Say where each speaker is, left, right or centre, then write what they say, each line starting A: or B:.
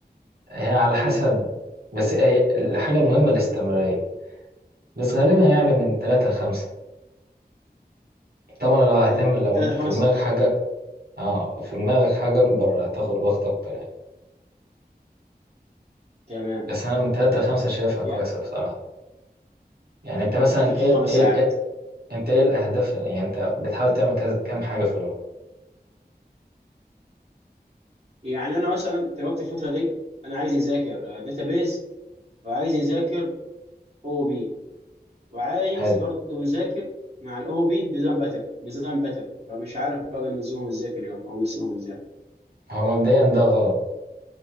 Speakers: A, on the right; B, on the right.
A: هي على
B: امم
A: حسب بس هي- الحاجه المهمه الاستمراريه بس غالبا يعني من ثلاثه لخمسه طبعا لو هتعمل
B: من
A: لو
B: ثلاث
A: انت
B: لخمس
A: في دماغك حاجه أك- اه لو في دماغك حاجه اكبر هتاخد وقت اكتر يعني
B: تمام
A: بس انا من ثلاثه لخمسه شايفها كويسه
B: يا
A: بصراحه يعني انت مثلا
B: من ثلاث لخمس
A: ايه ايه
B: ساعات
A: إيه- انت ايه الاهداف يعني انت بتحاول تعمل كذا- كام حاجه في اليوم
B: يعني انا مثلا دلوقتي الفتره دي انا عايز نذاكر داتابيز وعايز نذاكر او بي وعايز
A: حلو
B: برضه يذاكر مع الاو بي ديزاين باتر ديزاين باتر فمش عارف بقى ننزلهم ازاي في اليوم او نسيهم ازاي
A: هو مبدئيا ده غلط